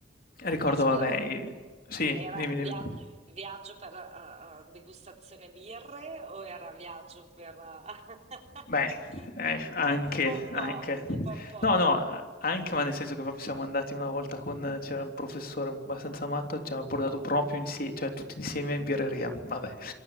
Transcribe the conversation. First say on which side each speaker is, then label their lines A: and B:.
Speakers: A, on the left; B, on the right.
A: ricordo
B: Ah, scusa.
A: vabbè i sì,
B: Era
A: dimmi, dimmi.
B: via- viaggio per eh, eh, degustazione birre o era viaggio per eh, <laughs>
A: Beh, eh, anche,
B: un po' un po',
A: anche.
B: un po' un po'.
A: No, no, a- anche, ma nel senso che proprio siamo andati una volta con, c'era un professore abbastanza matto, ci ha portato proprio insieme, cioè tutti insieme in birreria. Vabbè,